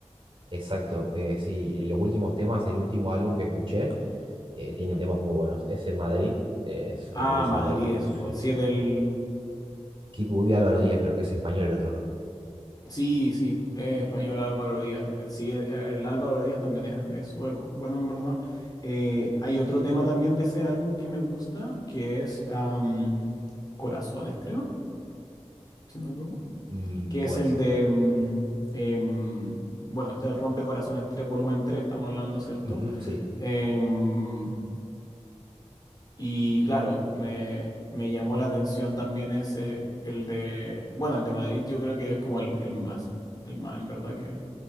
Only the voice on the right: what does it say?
Exacto, eh, sí, en los últimos temas, el último álbum que escuché, eh, tiene temas muy buenos. Ese Madrid, eh, es-
me parece
uno de los...
sí.
Kid Voodoo y Álvaro Díaz, creo que es español el otro, ¿no?
Mm,
puede
ser.
Ujú, sí.